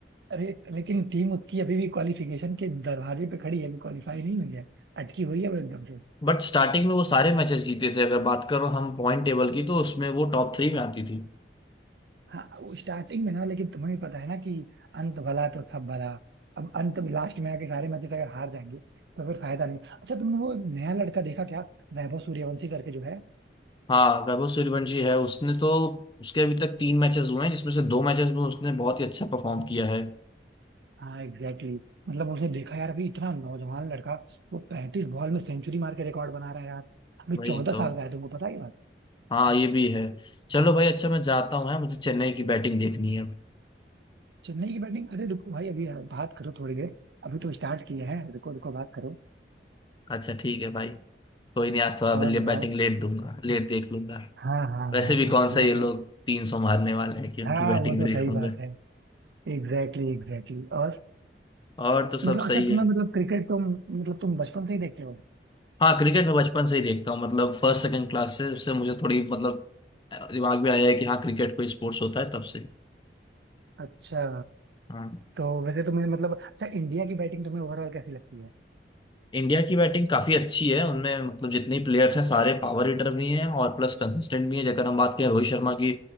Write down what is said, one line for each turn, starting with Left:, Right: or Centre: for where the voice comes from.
Right: अरे लेकिन टीम उसकी अभी भी क्वालिफिकेशन के दरवाजे पे खड़ी है अभी क्वालिफाई नहीं हुई है अटकी हुई है वो एकदम से
Left: बट स्टार्टिंग में वो सारे मैचेस जीते थे अगर बात करो हम पॉइंट टेबल की तो उसमें वो टॉप थ्री में आती थी
Right: हाँ वो स्टार्टिंग में ना लेकिन तुम्हें भी पता है ना कि अंत भला तो सब भला अब अंत लास्ट में आके सारे मैचेस अगर हार जाएंगे तो फिर फायदा नहीं अच्छा तुमने वो नया लड़का देखा क्या वैभव सूर्यवंशी करके जो है
Left: हाँ वैभव सूर्यवंशी है उसने तो उसके अभी तक तीन मैचेस हुए हैं जिसमें से दो मैचेस में उसने बहुत ही अच्छा परफॉर्म किया है
Right: हाँ एग्जैक्टली exactly. मतलब उसने देखा यार अभी इतना नौजवान लड़का वो पैंतीस बॉल में सेंचुरी मार के रिकॉर्ड बना रहा है यार अभी
Left: वही
Right: चौदह
Left: तो
Right: साल का है तुमको पता ही बात
Left: हाँ ये भी है चलो भाई अच्छा मैं जाता हूँ है मुझे चेन्नई की बैटिंग देखनी है
Right: चेन्नई की बैटिंग अरे रुको भाई अभी बात करो थोड़ी देर अभी तो स्टार्ट किया है रुको रुको बात करो
Left: अच्छा ठीक है भाई कोई नहीं आज थोड़ा
Right: और बताओ
Left: बैटिंग लेट दूंगा लेट देख लूंगा
Right: हाँ हाँ
Left: वैसे
Right: हाँ
Left: भी
Right: हाँ
Left: कौन
Right: ठीक
Left: सा ये लोग
Right: है
Left: तीन सौ मारने वाले हैं कि उनकी
Right: हाँ
Left: बैटिंग
Right: वो तो
Left: में देखूंगा
Right: सही बात है Exactly exactly, exactly exactly. और
Left: और तो सब
Right: मतलब
Left: सही
Right: अच्छा तुम्हें
Left: है
Right: मतलब क्रिकेट तुम मतलब तुम बचपन से ही देखते हो
Left: हाँ क्रिकेट मैं बचपन से ही देखता हूँ मतलब फर्स्ट सेकंड क्लास से उससे मुझे थोड़ी मतलब दिमाग में आया है कि हाँ क्रिकेट कोई स्पोर्ट्स होता है तब से
Right: अच्छा
Left: हाँ
Right: तो वैसे तुम्हें मतलब अच्छा इंडिया की बैटिंग तुम्हें ओवरऑल कैसी लगती है
Left: इंडिया की बैटिंग काफी अच्छी है उनमें मतलब जितने प्लेयर्स हैं सारे पावर हिटर भी हैं और प्लस कंसिस्टेंट भी हैं जगह हम बात करें रोहित शर्मा की